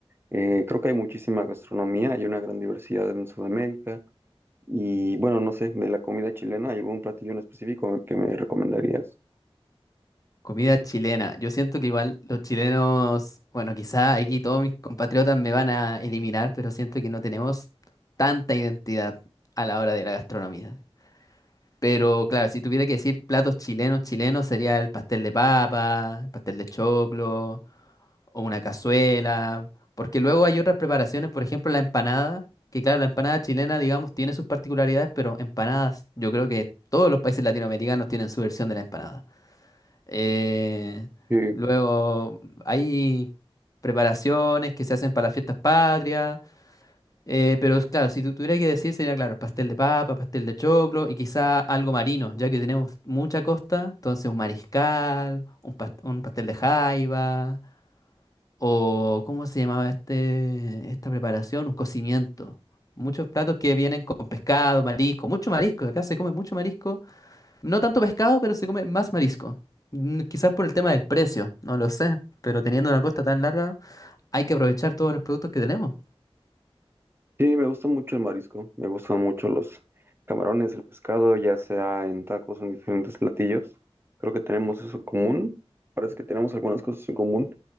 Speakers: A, on the right; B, on the left.
A: Eh, creo que hay muchísima gastronomía, hay una gran diversidad en Sudamérica. Y bueno, no sé, de la comida chilena, ¿hay algún platillo en específico que me recomendarías?
B: Comida chilena. Yo siento que igual los chilenos, bueno, quizá aquí todos mis compatriotas me van a eliminar, pero siento que no tenemos tanta identidad a la hora de la gastronomía. Pero claro, si tuviera que decir platos chilenos, chilenos sería el pastel de papa, el pastel de choclo o una cazuela, porque luego hay otras preparaciones, por ejemplo la empanada, que claro, la empanada chilena, digamos, tiene sus particularidades, pero empanadas, yo creo que todos los países latinoamericanos tienen su versión de la empanada. Eh,
A: Sí,
B: luego hay preparaciones que se hacen para las fiestas patrias, eh, pero es claro, si tu- tuviera que decir sería claro, pastel de papa, pastel de choclo y quizá algo marino, ya que tenemos mucha costa, entonces un mariscal, un, pas- un pastel de jaiba, o ¿cómo se llamaba este, esta preparación? Un cocimiento. Muchos platos que vienen con pescado, marisco, mucho marisco, acá se come mucho marisco no tanto pescado, pero se come más marisco. Mm, Quizás por el tema del precio, no lo sé. Pero teniendo una costa tan larga, hay que aprovechar todos los productos que tenemos.
A: sí, me gusta mucho el marisco, me gustan mucho los camarones, el pescado, ya sea en tacos o en diferentes platillos. Creo que tenemos eso en común. Parece que tenemos algunas cosas en común.